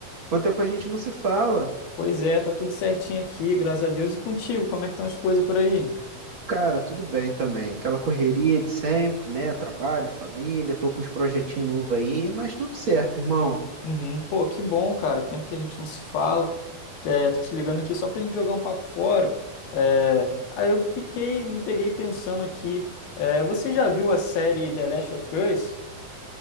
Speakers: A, on the right; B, on the left.
A: quanto tempo a gente não se fala?
B: pois é, tá tudo certinho aqui, graças a Deus. E contigo, como é que estão as coisas por aí?
A: Cara, tudo bem também. Aquela correria de sempre, né? Trabalho, família, tô com uns projetinhos novos aí, mas tudo certo, irmão.
B: Uhum, Pô, que bom, cara. Tempo que a gente não se fala. É, tô te ligando aqui só pra gente jogar um papo fora. É, aí eu fiquei, me peguei pensando aqui. é, você já viu a série The Last of Us?